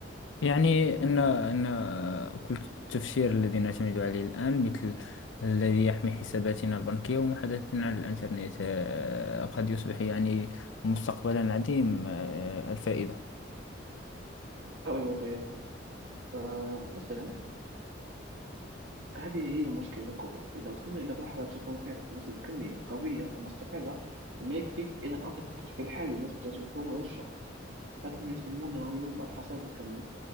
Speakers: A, on the left; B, on the right.
A: يعني أن أن كل التفسير الذي نعتمد عليه الآن مثل الذي يحمي حساباتنا البنكية ومحادثتنا على الإنترنت آه، قد يصبح يعني مستقبلا عديم آه، الفائدة
B: قبل القياس فمثلا هذه هي المشكلة الكبرى إذا وصلنا إلى مرحلة تكون فيها الحواسيب الكمية قوية ومستقرة ما يكفيك إلى الأنظمة التشبيه الحالية ستشبه هشة هذا ما يسمونه يوم الحصاد الكمي